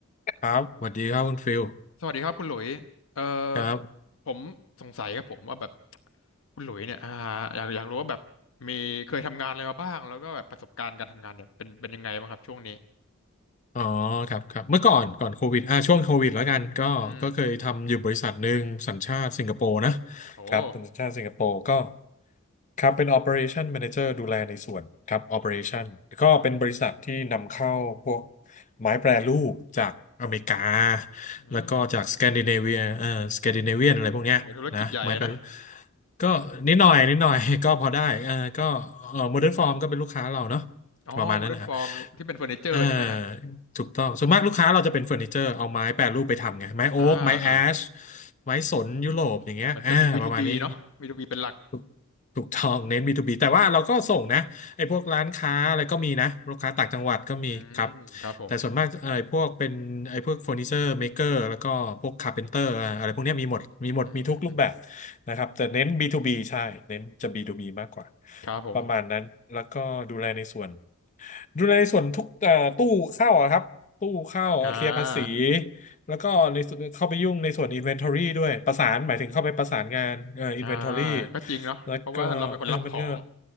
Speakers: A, on the left; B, on the left.
A: ครับสวัสดีครับคุณฟิล
B: สวัสดีครับคุณหลุยเอ่อ
A: ครับ
B: ผมสงสัยครับผมว่าแบบคุณหลุยเนี่ยอ่าอยากอยากรู้ว่าแบบมีเคยทำงานอะไรมาบ้างแล้วก็แบบประสบการณ์การทำงานเนี่ยเป็นเป็นยังไงบ้างครับช่วงนี้
A: อ๋อ ครับ ครับ เมื่อก่อนก่อนโควิดอ่าช่วงโควิดแล้วกัน ก็ก็เคยทำอยู่บริษัทหนึ่งสัญชาติสิงคโปร์นะ
B: อืมโห
A: ครับเป็นสัญชาติสิงคโปร์ก็ ครับเป็น Operation Manager ดูแลในส่วนครับ Operation ก็เป็นบริษัทที่นำเข้าพวก
B: อืม
A: ไม้แปรรูปจากอเมริกา
B: อืม
A: แล้วก็จากสแกนดิเนเวียเอ่อสแกนดิเนเวียนอะไรพวกเนี้ยนะไม้แปรรูป
B: โหธุรกิจใหญ่อะนะ
A: ก็นิดหน่อยนิดหน่อย <laughs> ก็พอได้เออก็เออโมเดิร์นฟอร์มก็เป็นลูกค้าเราเนาะ
B: อ๋อมเร์นฟอร์มที่เป็นเฟอร์นิเจอร์ใช่ไหมฮะ
A: ประมาณนั้นแหละครับเออถูกต้องส่วนมากลูกค้าเราจะเป็นเฟอร์นิเจอร์เอาไม้แปรรูปไปทำไงไม้โอ๊กไม้แอช
B: อ่าอ่า
A: ไม้สนยุโรปอย่างเงี้ยอ่าประมาณนี้
B: เหมือนเป็น B2B เนาะบีทูบีเป็นหลัก
A: ถูกถูกต้องเน้น B2B แต่ว่าเราก็ส่งนะไอ้พวกร้านค้าอะไรก็มีนะลูกค้าต่างจังหวัดก็มีครับ
B: อืมครับผม
A: แต่ส่วนมากไอ้พวกเป็นไอ้พวกเฟอร์นิเจอร์เมเกอร์แล้วก็พวกคาร์เพนเตอร์อะไรพวกเนี้ยมีหมดมีหมดมีทุกรูปแบบ
B: อืม
A: นะครับแต่เน้น B2B ใช่เน้นจะ B2B มากกว่า
B: ครับผม
A: ประมาณนั้นแล้วก็ดูแลในส่วน ดูในส่วนทุกเอ่อตู้เข้าอะครับตู้เข้าเคลียร์ภาษี
B: อ่า
A: แล้วก็ในส่วนเข้าไปยุ่งในส่วน Inventory ด้วยประสานหมายถึงเข้าไปประสานงานเอ่อ Inventory
B: อ่าก็จริงเนาะเพราะว่าเราเป็นคนรับของ
A: แล้วก็เออมันก็